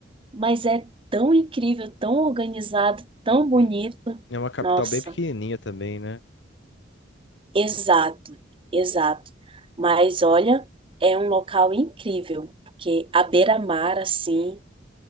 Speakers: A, on the right; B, on the left.
A: Mas é tão incrível, tão organizado, tão
B: Uhum.
A: bonito.
B: É uma capital
A: Nossa,
B: bem pequenininha também, né?
A: exato, exato. Mas olha, é um local incrível, porque a beira-mar, assim,